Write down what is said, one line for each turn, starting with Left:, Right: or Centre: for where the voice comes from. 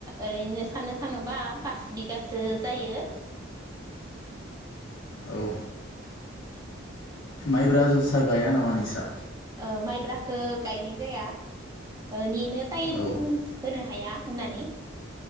Right: ओरैनो साननो थाङोबा पास बिगासो जायो।
Left: औ। माइब्रा जोसा गाया नामा नोंस्रा?
Right: ओ माइब्राखो गायनाय जाया, ओ नि नो टाइम
Left: औ
Right: होनो हाया होन्नानै।